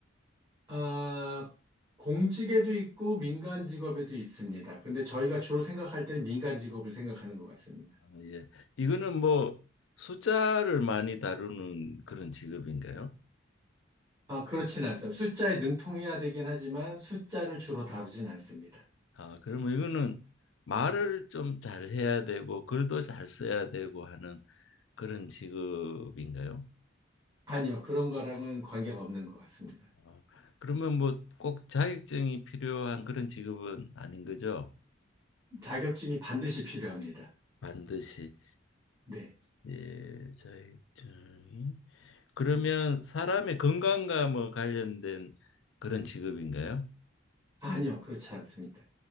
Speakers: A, on the right; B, on the left.
A: 아, 공직에도 있고 민간 직업에도 있습니다. 근데 저희가 주로 생각할 때 민간 직업을 생각하는 것 같습니다.
B: 아, 예. 이거는 뭐 숫자를 많이 다루는 그런 직업인가요?
A: 아, 그렇진 않습니다. 숫자에 능통해야 되긴 하지만 숫자를 주로 다루진 않습니다.
B: 아, 그러면 이거는 말을 좀 잘해야 되고 글도 잘 써야 되고 하는 그런 직업인가요?
A: 아니요, 그런 거랑은 관계가 없는 것 같습니다.
B: 아, 그러면 뭐 꼭 자격증이 필요한 그런 직업은 아닌 거죠?
A: 자격증이 반드시 필요합니다.
B: 반드시
A: 네.
B: 예, 자격증이 그러면 사람의 건강과 뭐 관련된 그런 직업인가요?
A: 아니요, 그렇지 않습니다.